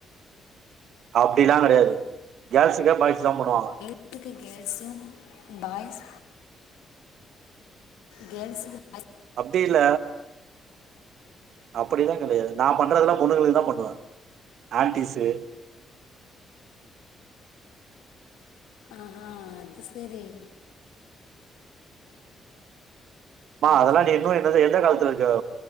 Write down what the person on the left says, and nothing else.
எதுக்கு கேர்ஸ்சு பாய்ஸ் கேர்ள்ஸ்க்கு
ஆஹா ஹ் அது சரி
ஓகே
ஓகே